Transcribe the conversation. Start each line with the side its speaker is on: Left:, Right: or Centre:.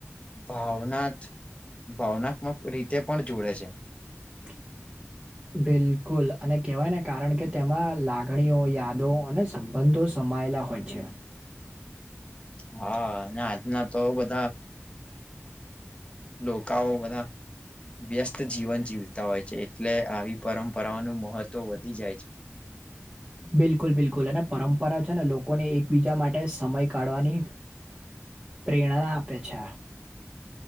Left: ભાવનાત્ ભાવનાત્મક રીતે પણ જોડે છે.
Right: <inaudible> બિલકુલ અને કેહવાયને કારણ કે તેમાં લાગણીઓ યાદો અને સંબંધો સમાયેલા હોય છે.
Left: હા અને આજના તો બધા લોકાઓ બધા વ્યસ્ત જીવન જીવતા હોય છે એટલે આવી પરંપરાઓનું મહત્વ વધી જાય છે.
Right: બિલકુલ બિલકુલ અને પરંપરા છે ને લોકોને એકબીજા માટે સમય કાઢવાની પ્રેરણા આપે છે.